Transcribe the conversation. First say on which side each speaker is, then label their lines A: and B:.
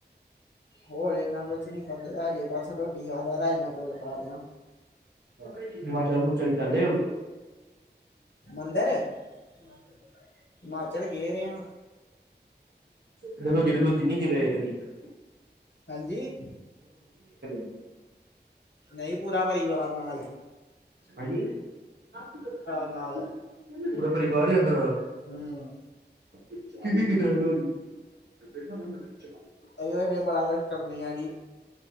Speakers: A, on the left; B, on the right.
A: ਹੋਰ ਇੰਨਾ ਕੁਛ ਨੀ ਖਾਧਾਜੇ ਬਸ ਰੋਟੀ ਖਾ ਲਿਆ ਰਾਜਮਾਂ ਚੌਲ ਖਾ ਰਿਹਾ
B: ਹਿਮਾਚਲ ਹਮੁਚਲ ਜਾਂਦੇ ਓ
A: ਅੰਦਰ ਹਿਮਾਚਲ ਗਏ ਦੇ ਆ
B: ਚਲੋ ਜਿਹਦੇ ਕੋਲ ਜਿੰਨੀ ਰਹੇ ਕਦੀ <unintelligible>
A: ਹਾਂਜੀ
B: <unintelligible>
A: ਨਈ ਪੂਰਾ ਪਰਿਵਾਰ ਨਾਲ ਐ
B: ਹਾਂਜੀ <unintelligible>
A: ਨਾਲ
B: ਪੂਰਾ ਪਰਿਵਾਰ ਜਾਂਦਾ ਨਾਲ
A: ਹਮ
B: ਕੀ ਕੀ ਕੀਤਾ ਲਓ ਜੀ ਦੇਖਾ ਨਾ <unintelligible>
A: ਇਹ ਬੜਾ ਕੁਛ ਕਰਦੇ ਹਾਂ ਜੀ